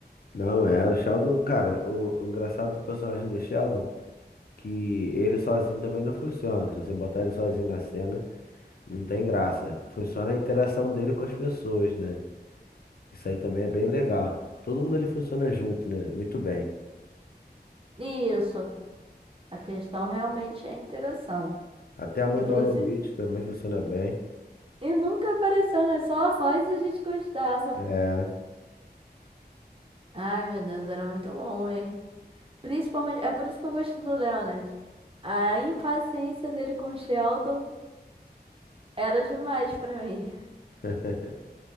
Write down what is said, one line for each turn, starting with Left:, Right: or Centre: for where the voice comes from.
Left: Não era, o Sheldon, cara, o, o engraçado do personagem do Sheldon, que ele sozinho também não funciona. Se você botar ele sozinho na cena, não tem graça. Funciona a interação dele com as pessoas, né? Isso aí também é bem legal. Todo mundo ali funciona junto, né? Muito bem.
Right: E isso. A questão realmente é a interação.
Left: Até a mãe
Right: Inclusive,
Left: do Alan Witch também funciona bem.
Right: e nunca apareceu, né? Só a voz e a gente gostava.
Left: É.
Right: Ai, meu Deus, era muito bom hein? Principalmente, é por isso que eu gosto do Leonard. A impaciência dele com o Sheldon era demais pra mim. <laughs>
Left: <laughs>